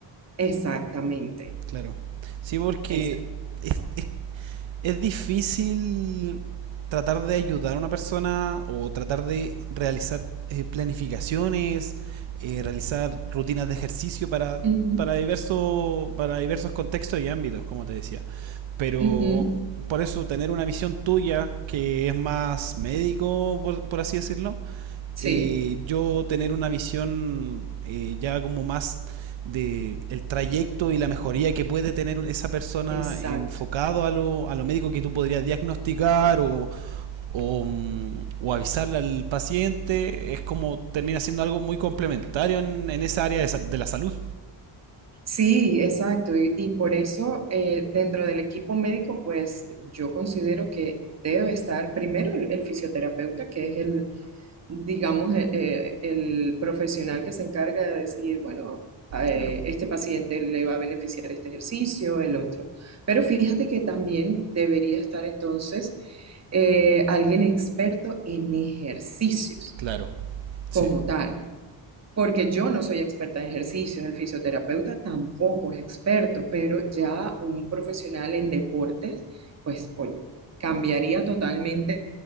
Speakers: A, on the right; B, on the right.
A: Exactamente,
B: Claro. Sí, porque
A: esa.
B: es, es difícil tratar de ayudar a una persona o tratar de realizar eh, planificaciones, eh, realizar rutinas de ejercicio para,
A: Ujú,
B: para, diverso, para diversos contextos y ámbitos, como te decía. Pero
A: ujú.
B: por eso tener una visión tuya que es más médico, por, por así decirlo,
A: Sí,
B: eh, yo tener una visión eh, ya como más de el trayecto y la mejoría que puede tener esa persona
A: exacto.
B: enfocado a lo, a lo médico que tú podrías diagnosticar o, o, mm, o avisarle al paciente, es como termina siendo algo muy complementario en, en esa área de, de la salud.
A: Sí, exacto. Y, y por eso eh, dentro del equipo médico, pues yo considero que debe estar primero el, el fisioterapeuta, que es el, digamos, eh, eh, el profesional que se encarga de decir, bueno, eh,
B: Claro.
A: este paciente le va a beneficiar este ejercicio, el otro. Pero fíjate que también debería estar entonces eh, alguien experto en ejercicios
B: Claro, sí,
A: como tal porque yo no soy experta en ejercicios, el fisioterapeuta tampoco es experto, pero ya un profesional en deportes, pues oye, cambiaría totalmente,